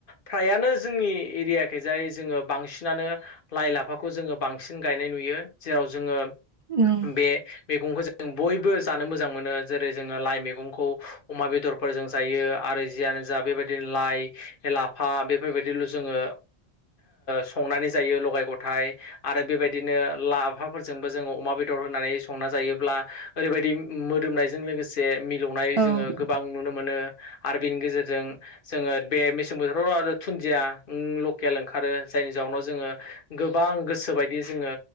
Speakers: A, on the left (about 55°); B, on the right (about 55°).
A: फ्रायानो जोंनि एरियाखै जाय जोङो बांसिनानो लाइ लाफाखौ जोङो बां सिन गायनाय नुयो जेराव जोङो
B: उम
A: बे मैगंखौ जा जों बयबो जानो मोजां मोनो जेरै जोङो लाइ मैगंखौ अमा बेदरफोरजों जायो आरो जियानो जा बेबायदिनो लाइ लाफा बेफोरबायदिल' जोङो संनानै जायो लगाय गथाय आरो बेबायदिनो लाफाफोरजोंबो जोङो अमा बेदर होनानै संना जायोब्ला ओरैबायदि मोदोमनायजों लोगोसे मिलौनाय
B: औ उम
A: जोङो गोबां नुनो मोनो आरो बेनि गेजेरजों जोङो बे मेसें बोथोराव आरो दुुनन्दिया उम लकेल ओंखारो जायनि जाउनाव जोङो गोबां गोसोबायदि जोङो